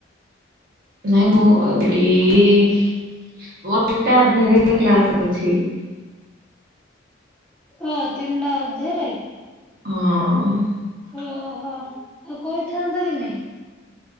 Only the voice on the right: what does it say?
ନାଇଁ। <unintelligible> <unintelligible>
ହଁ।